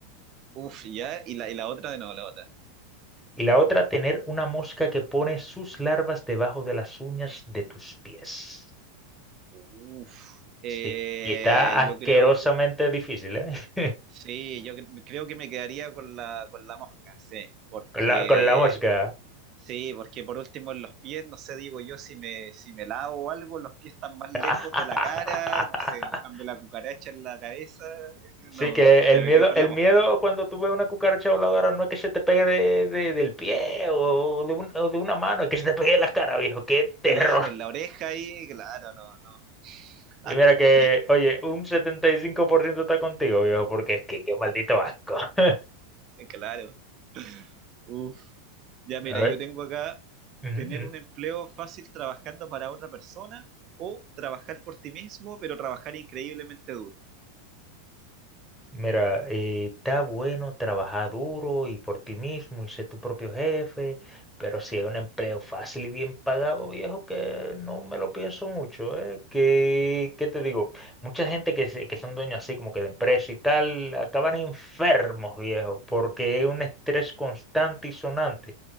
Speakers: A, on the right; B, in the centre.
A: Uf, ya. Y la, y la otra de nuevo, la otra.
B: Y la otra, tener una mosca que pone sus larvas debajo de las uñas de tus pies.
A: Uf. Eh,
B: Sí, que está asquerosamente
A: yo creo.
B: difícil, ¿eh? <laughs>
A: Sí, yo cre- creo que me quedaría con la, con la mosca, sí. Porque.
B: Con la, con la mosca.
A: Sí, porque por último en los pies, no sé, digo yo, si me, si me lavo o algo, los pies están más lejos
B: <laughs>
A: de la cara, no sé, le cambio la cucaracha en la cabeza, eh,
B: Sí,
A: no,
B: que
A: se
B: el miedo,
A: me quedo con
B: el
A: la mosca.
B: miedo cuando tú ves una cucaracha voladora no es que se te pegue de, de- del pie o de, un- o de una mano, es que se te pegue en las caras, viejo. ¡Qué terror!
A: Claro, en la oreja ahí, claro, no, no, <laughs>
B: Y mira que, oye, un 75% está contigo, viejo, porque es que qué maldito asco. <laughs>
A: claro. Uf, ya
B: A
A: mira,
B: ver.
A: yo tengo acá
B: Ujú,
A: tener un empleo fácil trabajando para otra persona o trabajar por ti mismo, pero trabajar increíblemente duro.
B: Mira, eh, está bueno trabajar duro y por ti mismo y ser tu propio jefe, pero si hay un empleo fácil y bien pagado, viejo, que no me lo pienso mucho, ¿eh? ¿Qué, ¿qué te digo? Mucha gente que, se- que son dueños así como que de empresa y tal, acaban enfermos, viejo, porque es un estrés constante y sonante.